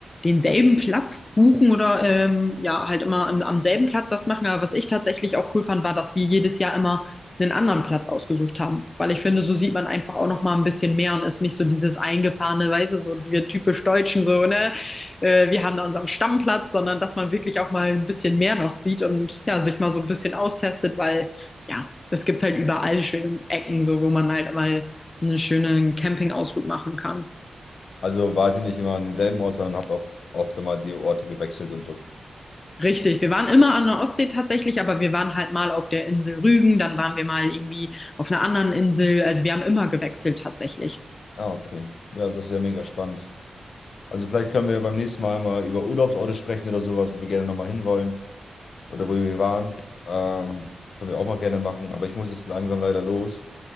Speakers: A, on the left (about 35°); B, on the left (about 75°).
A: denselben Platz buchen oder ähm, ja, halt immer am, am selben Platz das machen. Aber was ich tatsächlich auch cool fand, war, dass wir jedes Jahr immer einen anderen Platz ausgesucht haben. Weil ich finde, so sieht man einfach auch noch mal ein bisschen mehr und ist nicht so dieses eingefahrene, weißt du, so wir typisch Deutschen so, ne? äh, wir haben da unseren Stammplatz, sondern dass man wirklich auch mal ein bisschen mehr noch sieht und ja, sich mal so ein bisschen austestet, weil ja, es gibt halt überall schöne Ecken, so wo man halt mal einen schönen Campingausflug machen kann.
B: Also wart ihr nicht immer an denselben Ort, sondern habt auch oft immer die Orte gewechselt und so.
A: Richtig, wir waren immer an der Ostsee tatsächlich, aber wir waren halt mal auf der Insel Rügen, dann waren wir mal irgendwie auf einer anderen Insel. Also wir haben immer gewechselt tatsächlich.
B: Ah, okay. Ja, das ist ja mega spannend. Also vielleicht können wir ja beim nächsten Mal mal über Urlaubsorte sprechen oder sowas, wo wir gerne nochmal hinwollen oder wo wir waren. Ähm, können wir auch mal gerne machen, aber ich muss jetzt langsam leider los.